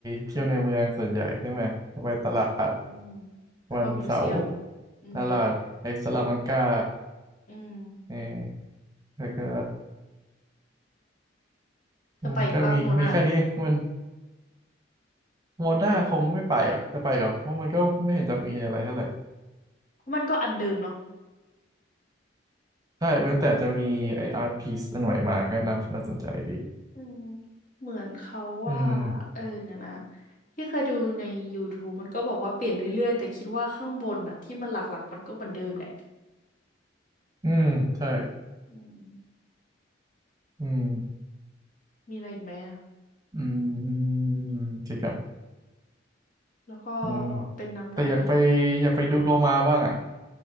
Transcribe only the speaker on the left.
อืม แล้วก็มิวเซียม
อืม
อืม
จะไปอีกปะโมนา
เพราะมันก็อันเดิมเนาะ
อืม เหมือนเขาว่า
เออเนี่ยนะที่เคยดูใน YouTube มันก็บอกว่าเปลี่ยนเรื่อยๆแต่คิดว่าข้างบนอะที่มันหลักๆมันก็เหมือนเดิมแหละ
อืม
มีอะไรอีกไหมอะ
แล้วก็
เป็นน้ำน้